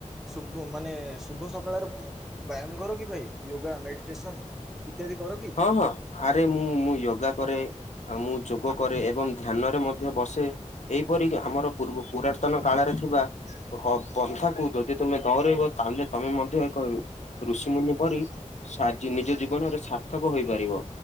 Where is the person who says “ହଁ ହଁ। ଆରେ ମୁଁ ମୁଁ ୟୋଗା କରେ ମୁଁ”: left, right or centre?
Left